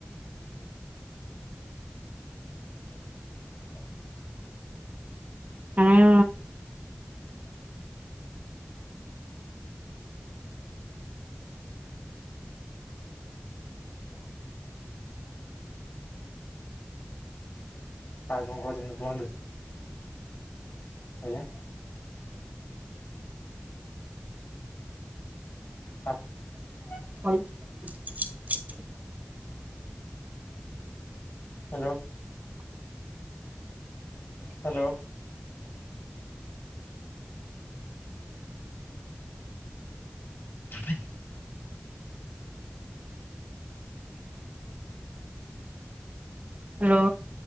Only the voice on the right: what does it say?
ଆମେ
<unintelligible>
ହ୍ୟାଲୋ।